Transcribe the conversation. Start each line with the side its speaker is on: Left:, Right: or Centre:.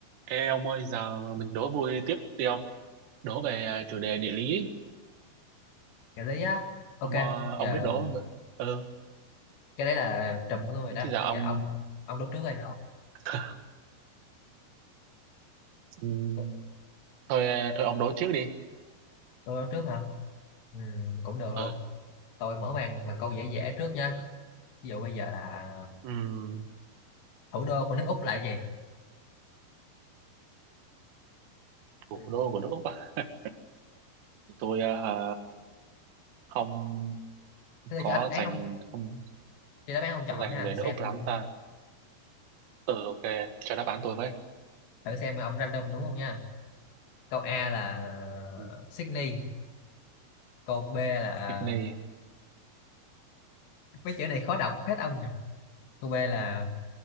Right: Ê ông ơi, giờ mà mình đố vui tiếp đi ông. Đố về chủ đề địa lý. ấy.
Left: trợ lý á ok
Right: Ông ờ,
Left: giờ
Right: ông biết đố. mà. Ừ,
Left: cái đấy là trùm của tôi rồi đó
Right: thế giờ
Left: bây
Right: ông
Left: giờ ông ông đốt trước đây
Right: <laughs> Ừm,
Left: tôi
Right: thôi thôi ông đố trước đi.
Left: tôi đốt trước hả ừ, cũng được luôn
Right: Ừ,
Left: tôi mở màn bằng câu dễ dễ trước nha ví dụ bây giờ là
Right: Ừm,
Left: thủ đô của nước Úc là cái gì
Right: thủ
Left: <laughs>
Right: đô của nước Úc à. <laughs> Tôi ờ, hả, không
Left: Thế tôi
Right: có
Left: cho đáp án
Right: dành
Left: ông
Right: không
Left: cho đáp án ông chọn
Right: có dành
Left: nha
Right: về
Left: xem
Right: nước Úc lắm ta. Ừ ok, cho đáp án tôi với.
Left: thử xem ông random đúng không nha câu A là
Right: Ừ,
Left: Sydney câu B là
Right: Sydney.
Left: mấy chữ này khó đọc hết ông nha câu B là